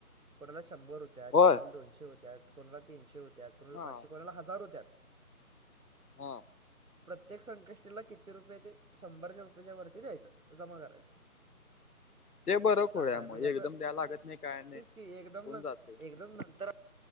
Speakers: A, on the right; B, on the left.
A: कोणाला शंभर होत्यात,
B: होय
A: कोणाला दोनशे होत्यात, कोणाला तीनशे होत्यात कुणाला
B: हा
A: पाचशे कोणाला हजार होत्यात.
B: हा
A: प्रत्येक संकष्टीला किती रुपये ते शंभर रुपया च्या वरती द्यायचं जमा करायचं.
B: ते बरं खुळ्या
A: असं आहे
B: मग
A: म्हणजे
B: एकदम
A: असं
B: द्याय लागत नाही. काय नाही
A: तेच की एकदम
B: होऊन
A: न
B: जाते
A: एकदम न